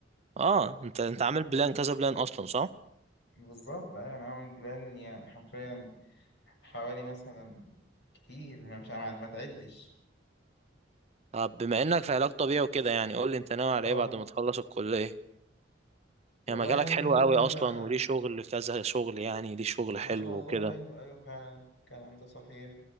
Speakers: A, on the right; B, on the left.
A: اه انت انت عامل بلان كذا بلان اصلا صح
B: بالظبط ايوه انا عامل بلان يعني حرفيا حوالي مثلا كتير ما مش عم- ما تعدش
A: طب بما انك في علاج طبيعي وكده يعني قول لي انت ناوي على
B: اه
A: ايه بعد ما تخلص الكلية
B: والله
A: يعني مجالك
B: يعني
A: حلو
B: في
A: قوي
B: كذا
A: اصلا وليه شغل كذا شغل يعني ليه شغل
B: ما
A: حلو
B: شاء الله
A: وكده
B: ايوه ايوه فعلا الكلام ده صحيح